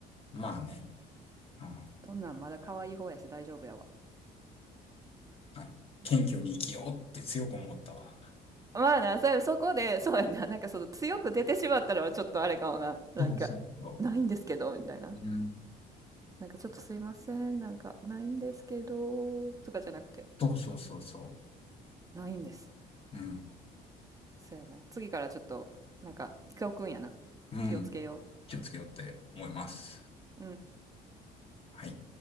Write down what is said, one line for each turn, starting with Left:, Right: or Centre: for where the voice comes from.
Left: まあね。うん。
Right: そんなんまだ可愛い方やし大丈夫やわ。
Left: はい。
Right: うん
Left: 謙虚に生きようって強く思ったわ。
Right: まあな、それ、そこで、そうやな、<laughs> なんかその強く出てしまったのはちょっとあれかもな。なんか、
Left: そうそうそうそ
Right: ないんですけど、みたいな。
Left: う。うん。
Right: なんかちょっとすいません、なんか、ないんですけど、とかじゃなくて、
Left: そうそうそうそ
Right: ないんです。
Left: う。うん。
Right: そうやな。次からちょっと、なんか、教訓やな。
Left: うん。
Right: 気をつけよ
Left: 気をつけようって思います。
Right: う。うん。
Left: はい。